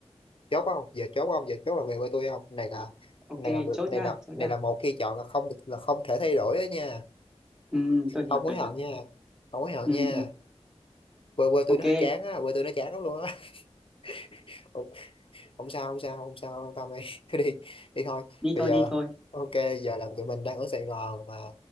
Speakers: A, on the left (about 50°); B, in the centre.
A: chốt không giờ chốt không giờ chốt là về với tôi không này là
B: ok
A: này là một-
B: chốt
A: này
B: nha
A: là
B: chốt
A: này
B: nha
A: là một khi chọn là không là không thể thay đổi đó nha
B: ừ, tôi hiểu
A: không hối
B: tôi
A: hận
B: hiểu
A: nha không hối hận
B: ừ,
A: nha
B: ừ.
A: quê quê tôi
B: ok
A: nó hơi chán á quê tôi nó chán lắm luôn á <laughs> không, không sao không sao không sao không tâm đi <laughs> cứ đi đi thôi
B: đi
A: bây
B: thôi
A: giờ
B: đi thôi
A: ok giờ là tụi mình đang ở Sài Gòn mà